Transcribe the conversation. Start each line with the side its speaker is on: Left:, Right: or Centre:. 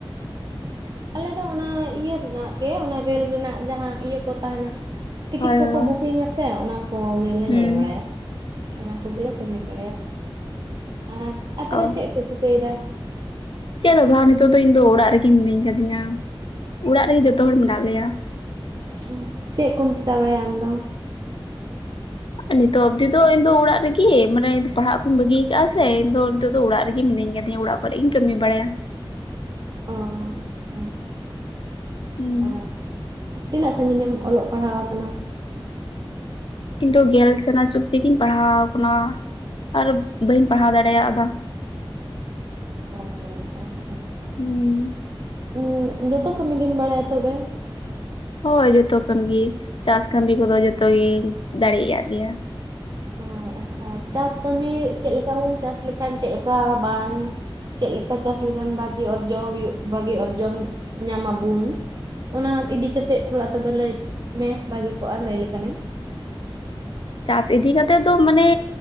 Right: <inaudible> ᱟᱞᱮ ᱫᱚ ᱚᱱᱟ ᱤᱭᱟᱹ ᱨᱮᱱᱟᱜ ᱜᱮ ᱚᱱᱟ ᱨᱮᱹᱞ ᱨᱮᱱᱟᱜ ᱡᱟᱦᱟᱸ ᱤᱭᱟᱹ ᱠᱚ ᱛᱟᱦᱮᱸᱱᱟ ᱴᱤᱠᱤᱴ
Left: ᱦᱳᱭ
Right: ᱠᱚᱠᱚ
Left: ᱦᱳᱭ
Right: ᱵᱩᱠᱤᱝ-ᱟ ᱥᱮ ᱚᱱᱟ ᱠᱚ ᱜᱮᱞᱮ
Left: ᱦᱩᱸ
Right: ᱧᱮᱞ ᱵᱟᱲᱟᱭᱟ, ᱚᱱᱟ ᱠᱚᱜᱮᱞᱮ ᱠᱟᱹᱢᱤ ᱵᱟᱲᱟᱭᱟ ᱟᱨ ᱟᱯᱮ ᱫᱚ
Left: ᱚ
Right: ᱪᱮᱫ ᱯᱮ ᱪᱤᱠᱟᱹᱭ ᱫᱟ
Left: ᱪᱮᱫ ᱦᱚ ᱵᱟᱝ ᱱᱤᱛᱚᱜ ᱫᱚ ᱤᱧ ᱫᱚ ᱚᱲᱟᱜ ᱨᱮᱜᱮ ᱢᱤᱱᱟᱹᱧ ᱠᱟᱹᱫᱤᱧᱟ ᱚᱲᱟᱜ ᱨᱮᱜᱮ ᱡᱚᱛᱚ ᱦᱚᱲ ᱢᱮᱱᱟᱜ ᱞᱮᱭᱟ,
Right: ᱚᱸ ᱪᱮᱫ ᱠᱚᱢ ᱪᱤᱠᱟ ᱵᱟᱲᱟᱭᱟ ᱟᱢ ᱫᱚ
Left: ᱱᱤᱛᱚᱜ ᱚᱵᱫᱤ ᱫᱚ ᱤᱧ ᱫᱚ ᱚᱲᱟᱜ ᱨᱮᱜᱮ ᱢᱟᱱᱮ ᱯᱟᱲᱦᱟᱜ ᱠᱚᱧ ᱵᱟᱹᱜᱤ ᱠᱟᱜᱼᱟ ᱥᱮ ᱤᱧ ᱫᱚ ᱱᱤᱛᱚᱜ ᱫᱚ ᱚᱲᱟᱜ ᱨᱮᱜᱮ ᱢᱤᱱᱟᱹᱧ ᱠᱟᱹᱫᱤᱧᱟ ᱚᱲᱟᱜ ᱠᱚᱨᱮ ᱤᱧ ᱠᱟᱹᱢᱤ ᱵᱟᱲᱟᱭᱟ
Right: ᱚᱸ ᱟᱪᱪᱷᱟ
Left: ᱦᱩᱸ
Right: ᱚᱸ ᱛᱤᱱᱟᱹᱜ ᱥᱟᱺᱜᱤᱧ ᱮᱢ ᱚᱞᱚᱜ ᱯᱟᱲᱦᱟᱣ ᱟᱠᱟᱱᱟ᱾
Left: ᱤᱧ ᱫᱚ ᱜᱮᱞ ᱪᱟᱱᱟᱪ ᱚᱵᱫᱤᱜᱤᱧ ᱯᱟᱲᱦᱟᱣ ᱟᱠᱟᱱᱟ ᱟᱨ ᱵᱟᱹᱧ ᱯᱟᱲᱦᱟᱣ ᱫᱟᱲᱮᱭᱟᱫ-ᱟ
Right: ᱚᱸ ᱟᱪᱪᱷᱟ
Left: ᱦᱩᱸ
Right: ᱩᱸ ᱡᱚᱛᱚ ᱠᱟᱹᱢᱤ ᱜᱮᱢ ᱵᱟᱲᱟᱭᱟ ᱛᱚᱵᱮ
Left: ᱦᱳᱭ ᱡᱚᱛᱚ ᱠᱟᱹᱢᱤ ᱜᱮ ᱪᱟᱥ ᱠᱟᱹᱢᱤ ᱠᱚᱫᱚ ᱡᱚᱛᱚᱜᱤᱧ ᱫᱟᱲᱮᱭᱟᱜ ᱜᱮᱭᱟ,
Right: ᱚᱸ ᱟᱪᱪᱷᱟ ᱪᱟᱥ ᱠᱟᱹᱢᱤ ᱪᱮᱞᱠᱟ ᱵᱩᱱ ᱪᱟᱥ ᱞᱮᱠᱷᱟᱱ ᱪᱮᱞᱠᱟ ᱵᱟᱝ ᱪᱮᱜ ᱞᱮᱠᱟ ᱪᱟᱥ ᱞᱮᱠᱷᱟᱱ ᱵᱷᱟᱜᱤ ᱚᱨᱡᱚ ᱵᱷᱟᱹᱜᱤ ᱚᱨᱡᱚᱱ ᱧᱟᱢ ᱟᱵᱩᱱ ᱚᱱᱟ ᱤᱫᱤ ᱠᱟᱛᱮᱫ ᱛᱷᱚᱲᱟ ᱛᱚᱵᱮ ᱞᱟᱹᱭ ᱢᱮ ᱵᱷᱟᱜᱤ ᱠᱚᱜᱼᱟ ᱞᱟᱹᱭ ᱞᱮᱠᱷᱟᱱᱮᱢ,
Left: ᱪᱟᱥ ᱤᱫᱤ ᱠᱟᱛᱮᱜ ᱫᱚ ᱢᱟᱱᱮ